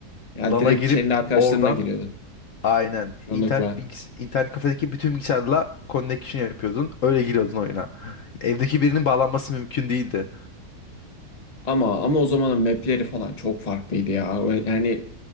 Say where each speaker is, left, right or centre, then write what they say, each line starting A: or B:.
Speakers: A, on the left; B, on the left.
A: Ya
B: LAN'a
A: direkt
B: girip
A: kendi arkadaşlarına
B: oradan
A: giriyordun
B: aynen
A: çoğunlukla.
B: internet bilgis internet kafedeki bütün bilgisayarla connection yapıyordun. Öyle giriyordun oyuna. Evdeki birinin bağlanması mümkün değildi.
A: Ama ama o zamanın mapleri falan çok farklıydı ya. Ve Yani